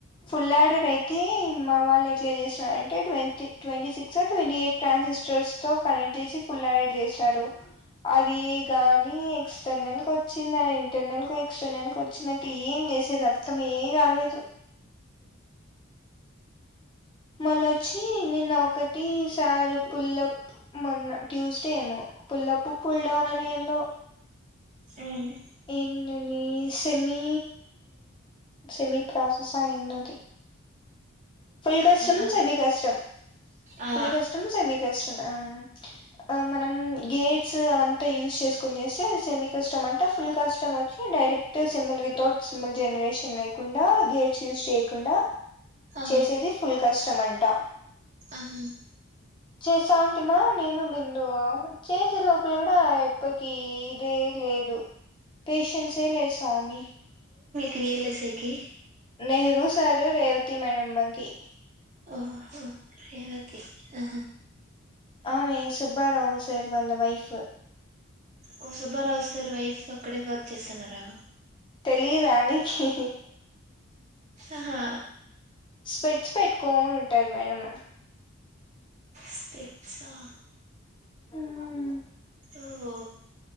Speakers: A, on the left; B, on the right.
A: ఫుల్ ఆడెడ్ అయితే మా వాళ్ళె. ఎట్ల చేసిన అంటె ట్వీ ట్వంటీ సిక్సొ ట్వంటీ ఎయిట్ ట్రాన్సిస్టర్స్ తో కనెక్ట్ చేసి ఫుల్ ఆడెడ్ చేస్. సడు అది గాని ఎక్స్టర్నల్ కొచ్చిందా ఇంటర్నల్ కొచ్. ఎక్స్టర్నల్ కొచ్చిందంటే ఏం చేసేది అర్థమే కాలేదు. మళ్ళొచ్చి నిన్న ఒకటి సార్ పుల్లప్ మొన్న ట్యూస్డే ఏమో. పుల్లప్పు ఫుల్లు డౌన్ అని ఎందొ.
B: సేమ్.
A: ఏందాది సెమీ. సెమీ ప్రాసెసా అయిందది. ఫుల్ కస్టమ్
B: అవును
A: సెమీ కస్టమ్.
B: ఆ
A: ఫుల్ కష్టం సెమీ కష్టం అవును ఆహ్ మనం గేట్స్ అవంత యూస్ చె. చేసుకొని చేస్తే. సెమీ కష్టం అంటే ఫుల్ కష్టం వచ్చి direct symbol without symbol generation లేకుండా. వేచ్ యూస్ చేయకుండా
B: ఆ
A: చేసేది ఫుల్ కష్టం అంట.
B: ఆహ.
A: చేసా అంటీమా నేను బిందు చేసే లోపల గూడా. ప్పకీ ఇదేన్ లేదు పేషన్స్సీయే లేదు స్వామి.
B: క్రియల్ యేసేకీ.
A: నెహ్రూ సారు రేవతి మేడమ్మకి
B: ఓహో రేవతి ఆహా.
A: ఆమె సుబ్బారావు సర్ వాళ్ళ వైఫ్
B: ఓ సుబ్బారావు సార్ వైఫ్ అక్కడే వర్క్ చేస్తన్నారా
A: తెలీదా నీకి
B: ఆహా
A: స్పెట్స్ పెట్టుకోని ఉంటది మేడం
B: స్పెట్సా
A: ఉమ్
B: ఓహో